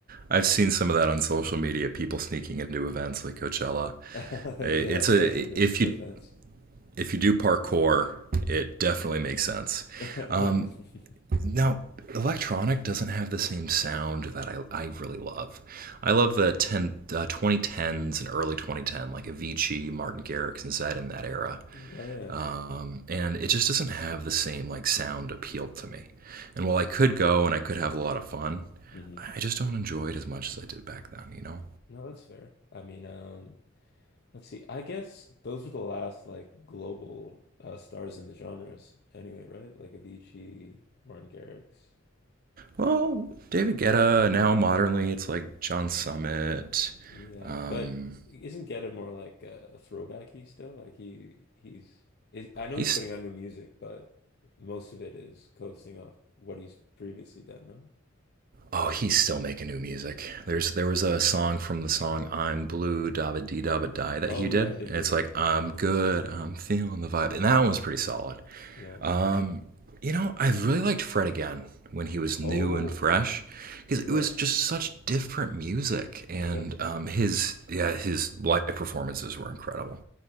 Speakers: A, on the right (about 45°); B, on the left (about 55°).
A: I've seen some of that on social media. People sneaking into events like Coachella.
B: <laughs> Yeah,
A: It's a
B: rushing the
A: if
B: the
A: you
B: fence.
A: if you do parkour, it definitely makes sense.
B: <laughs>
A: Um, now, electronic doesn't have the same sound that I, I really love. I love the 10, uh, 2010s and early 2010, like Avicii, Martin Garrix, and Zed in that era.
B: Yeah, yeah.
A: um, and it just doesn't have the same like sound appeal to me. And while I could go and I could have a lot of fun,
B: Mhm.
A: I just don't enjoy it as much as I did back then. You know.
B: No, that's fair. I mean, um, let's see. I guess those were the last like global uh, stars in the genres anyway, right? Like Avicii, Martin Garrix.
A: Well, David Guetta now modernly, it's like John Summit.
B: Yeah,
A: Um,
B: but isn't Geta more like a throwbacky still? Like he he's is, I know
A: he's
B: he's putting out new music, but most of it is coasting off what he's previously done, no?
A: oh, he's still making new music. There's there was a song from the song "I'm Blue" "Dabba Dee Dabba Die" that
B: Oh
A: he
B: yeah,
A: did,
B: I did
A: and
B: hear
A: it's
B: that.
A: like "I'm good,
B: <laughs>
A: I'm feeling the vibe," and that one was pretty solid.
B: Yeah.
A: Um, you know, I really liked Fred again when he was new
B: Oh,
A: and fresh because
B: you're
A: it
B: right.
A: was just such different music and
B: Yeah.
A: um, his yeah his live performances were incredible.